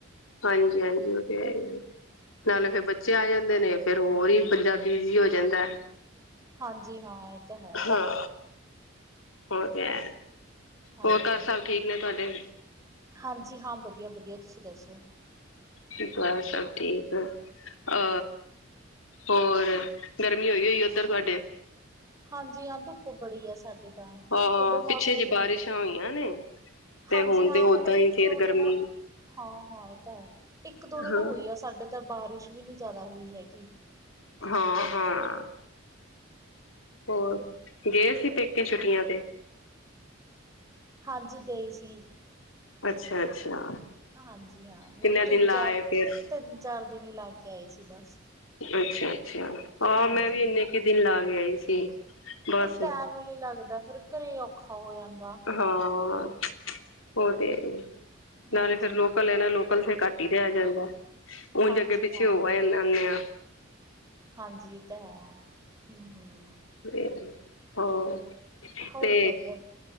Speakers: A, on the left (about 85°); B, on the right (about 15°).
A: ਹਾਂਜੀ, ਹਾਂਜੀ ਉਹ ਤੇ ਹੈ, ਨਾਲੇ
B: ਹਾਂਜੀ
A: ਫਿਰ ਬੱਚੇ ਆ ਜਾਂਦੇ ਨੇ। ਫੇਰ ਹੋਰ ਹੀ ਬੰਦਾ ਬਿਜੀ ਹੋ ਜਾਂਦਾ,
B: ਹਾਂਜੀ ਹਾਂ ਇਹ ਤਾਂ ਹੈ
A: ਹਾਂ, ਹੋ ਗਿਆ,
B: ਹਾਂਜੀ
A: ਹੋਰ, ਘਰ ਸਭ ਠੀਕ ਨੇ ਤੁਆਡੇ?
B: ਹਾਂਜੀ ਹਾਂ, ਵਧੀਆ-ਵਧੀਆ। ਤੁਸੀਂ ਦੱਸੋ?
A: ਜੀ ਘੱਰ ਸਭ ਠੀਕ। ਅ ਹੋਰ, ਗਰਮੀ ਹੋਈ ਹੋਈਏ ਓਧਰ ਤੁਆਡੇ?
B: ਹਾਂਜੀ ਹਾਂ, ਧੁੱਪ ਬੜੀ ਆ ਸਾਡੇ ਤਾਂ
A: ਹਾਂ,
B: ਤੁਹਾਡੇ
A: ਪਿੱਛੇ
B: ਮੌਸਮ
A: ਜੇ
B: ਕਿਵੇਂ
A: ਬਾਰਿਸ਼ਾਂ ਹੋਈਆਂ ਨੇ। ਤੇ
B: ਹਾਂਜੀ
A: ਹੁਣ
B: ਹਾਂ,
A: ਤੇ
B: ਮਲਬ
A: ਓਦਾਂ
B: ਇੱਕ
A: ਹੀ ਫੇਰ
B: ਦੋ-ਦਿਨ
A: ਗਰਮੀ
B: ਹਾਂ ਹਾਂ ਏਹ ਤਾਂ ਹੈ, ਇੱਕ-ਦੋ ਦਿਨ
A: ਹਾਂ
B: ਹੋਈ ਆ। ਸਾਡੇ ਤਾਂ ਬਾਰਿਸ਼ ਵੀ ਨੀ ਜਾਦਾ ਹੋਈ ਹੈਗੀ।
A: ਹਾਂ ਹਾਂ, ਹੋਰ
B: ਹਾਂ
A: ਗਏ ਸੀ ਪੇ ਕੇ ਛੁੱਟੀਆਂ ਤੇ।
B: ਹਾਂਜੀ, ਗਈ ਸੀ।
A: ਅੱਛਾ, ਅੱਛਾ।
B: ਹਾਂਜੀ ਹਾਂ, ਵੋ
A: ਕਿੰਨੇ
B: ਤਿੰਨ-ਚਾਰ,
A: ਦਿਨ ਲਾ ਆਏ ਫੇਰ?
B: ਤਿੰਨ-ਚਾਰ ਦਿਨ ਹੀ ਲਾ ਕੇ ਆਏ ਸੀ ਬਸ।
A: ਅੱਛਾ ਅੱਛਾ, ਹਾਂ
B: ਹਾਂਜੀ
A: ਮੈਂ ਵੀ ਇੰਨੇ ਕ ਦਿਨ ਲਾ ਕੇ ਆਈ ਸੀ। ਬਸ
B: ਬੁਲ ਟੈਮ ਈ ਨੀ ਲੱਗਦਾ, ਫੇਰ ਘਰੇ ਔਖਾ ਹੋ ਜਾਂਦ
A: ਹਾਂ, ਓਹ ਤੇ ਹੈ ਈ ਏ।
B: ਹਾਂਜੀ
A: ਨਾਲੇ ਫਿਰ ਲੋਕਲ
B: ਹਾਂ
A: ਐ ਨਾ ਲੋਕਲ ਫਿਰ ਕੱਟ ਈ ਰੇਆ ਜਾਂਦਾ। ਓੰਝ
B: ਹਾਂਜੀ
A: ਅੱਗੇ-ਪਿੱਛੇ
B: ਹਾਂ
A: ਹੋ ਆਏ ਲੈਲੇ ਆਂ।
B: ਹਾਂਜੀ, ਇ ਤਾਂ ਹੈ। ਹੂੰ ਹੂੰ।
A: ਏਅ ਹਾਂ,
B: ਹੋਰ
A: ਤੇ
B: ਵਧੀਆ